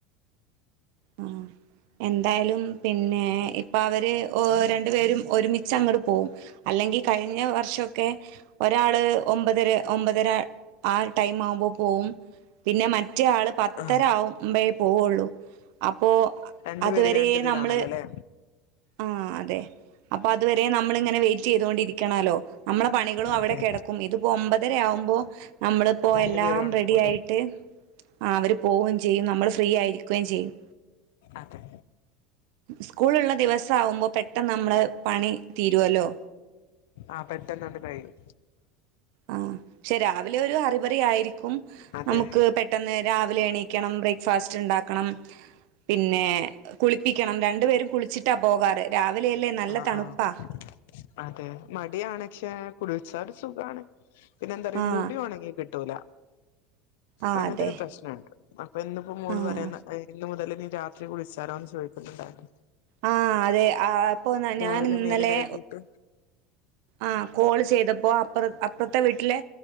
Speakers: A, on the right; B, on the left.
A: ആഹ് എന്തായാലും പിന്നെ ഇപ്പൊ അവര്. ഓ രണ്ടു പേരും ഒരുമിച്ചങ്ങട് പോം അല്ലെങ്കി കഴിഞ്ഞ വർഷോക്കെ. ഒരാള് ഒംമ്പതര ഒംമ്പതര ആ ടൈം ആംമ്പോ പോവും പിന്നെ മറ്റെആള് പത്തര
B: ആഹ്
A: ആവുംമ്പ പോവൊള്ളൂ അപ്പോ
B: രണ്ടു
A: അതുവരേം
B: പേര് രണ്ടിതിലാണല്ലോ
A: നമ്മള്.
B: അല്ലെ
A: ആഹ് അതെ അപ്പൊ അതുവരെ നമ്മളിങ്ങന വെയിറ്റേയ്തോണ്ടിരിക്കണലൊ നമ്മള പണികളും
B: അതെ
A: അവിടെ കെടക്കും ഇതിപ്പോ ഒംമ്പതര ആവുംമ്പോ നമ്മളിപ്പോ
B: രണ്ടു
A: എല്ലാം
B: പേരുമാണ്
A: റെഡിയായിട്ട്.
B: പോവുന്നെ
A: ആഹ് അവര് പോവും ചെയ്യും നമ്മള് ഫ്രീയായിരിക്കുകയും ചെയ്യും.
B: അതെ.
A: സ്കൂളുള്ള ദിവസം ആവുമ്പോ പെട്ടെന്ന് നമ്മള് പണി തീരുവല്ലോ
B: ആ പെട്ടെന്നണ്ട് കഴിയും.
A: ആഹ് പക്ഷെ രാവിലെ ഒരു അറിബറി ആയിരിക്കും
B: അതെ
A: നമുക്ക് പെ പെട്ടെന്ന് രാവിലെ എണീക്കണം ബ്രേക്ക്ഫാസ്റ്റ് ഇണ്ടാക്കണം. പിന്നെ കുളിപ്പിക്കണം രണ്ടു പേരും കുളിച്ചിട്ടാ പോകാറ് രാവിലെയല്ലേ നല്ല
B: ആഹ്
A: തണുപ്പാ.
B: ആഹ് അതെ മടിയാണ് പക്ഷേ കുളിച്ചാ ഒര് സുഖാണ്. പിന്നെ എന്താ അറിയോ
A: ആഹ്
B: മുടി ഒണങ്ങി കിട്ടൂല
A: ആഹ്
B: അങ്ങനത്തെ
A: അതെ
B: ഒരു പ്രശ്നൊണ്ട്. അപ്പ ഇന്നിപ്പോ മോള്
A: ആഹ്
B: പറയുന്ന ഇന്ന് മുതല് ഇനീ രാത്രി കുളിച്ചാലോന്ന് ചോദിക്കുന്നുണ്ടായിരുന്നു.
A: ആഹ് അതെ ആപ്പൊ
B: രാവിലെ
A: ഞാൻ ഇന്നലെ.
B: മേല് കഴുകിട്ട്
A: ആ കോള് ചെയ്തപ്പോ അപ്പറ അപ്പറത്തെ വീട്ടിലെ